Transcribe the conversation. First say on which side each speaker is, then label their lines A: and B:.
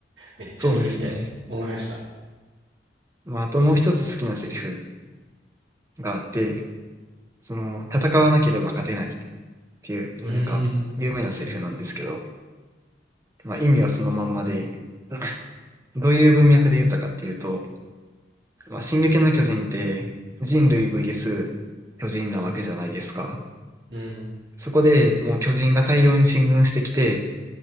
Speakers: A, on the right (about 75°); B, on the right (about 20°).
A: めっちゃ見てみたいと思いました。
B: そうですね。まあ、あともう一つ好きなセリフがあって、その、戦わなければ勝てないっていう、
A: うーん、
B: なんか、有名なセリフなんですけど、まあ、意味はそのまんまで、<laughs> どういう文脈で言ったかっていうと、まあ、進撃の巨人って人類 VS 巨人なわけじゃないですか。
A: うーん、
B: そこでもう巨人が大量に進軍してきて、